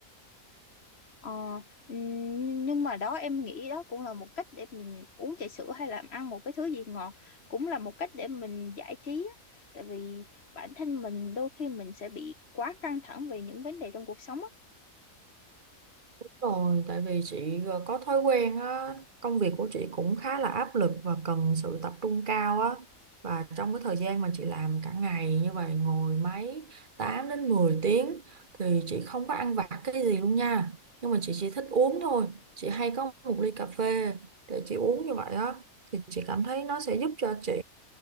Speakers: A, on the left (about 50°); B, on the right (about 40°).
A: ờ, ừ, nhưng mà đó em nghĩ đó cũng là một cách để mình uống trà sữa hay là ăn một cái thứ gì ngọt cũng là một cách để mình giải trí á. tại vì bản thân mình đôi khi mình sẽ bị quá căng thẳng về những vấn đề trong cuộc sống
B: Rồi, tại vì chị ờ, có thói quen á, công việc của chị cũng khá là áp lực và cần sự tập trung cao á. Và trong cái thời gian mà chị làm cả ngày như vậy, ngồi máy 8 đến 10 tiếng, thì chị không có ăn vặt cái gì luôn nha. Nhưng mà chị chỉ thích uống thôi. Chị hay có một ly cà phê để chị uống như vậy á. Thì chị cảm thấy nó sẽ giúp cho chị